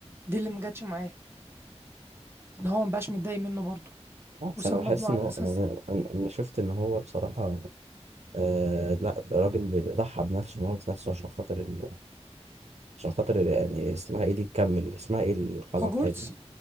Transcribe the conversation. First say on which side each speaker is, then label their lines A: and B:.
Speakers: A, on the right; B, on the right.
A: دي اللي مجتش معاه ان هو مبقاش متضايق منه برضه
B: بالعكس
A: وسمى
B: انا بحس
A: ابنه على
B: ان هو
A: الاساس
B: يعني
A: ده
B: انا أنا شفت ان هو بصراحه آه لا ده راجل بيضحى بنفسه وموت نفسه عشان خاطر ال... عشان خاطر ال... يعني اسمها ايه دي تكمل اسمها ايه القلعه
A: هوجورتس
B: بتاعته